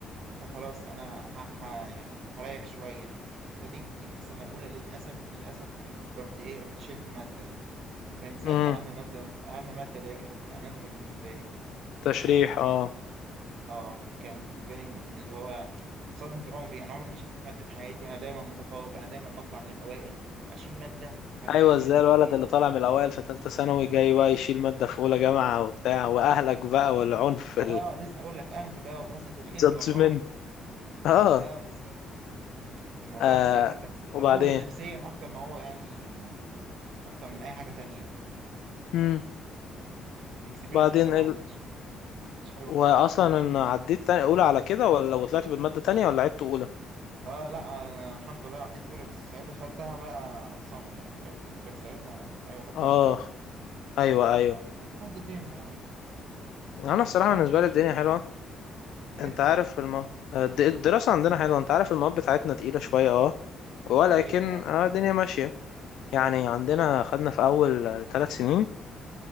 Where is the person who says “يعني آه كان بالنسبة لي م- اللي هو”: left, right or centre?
Right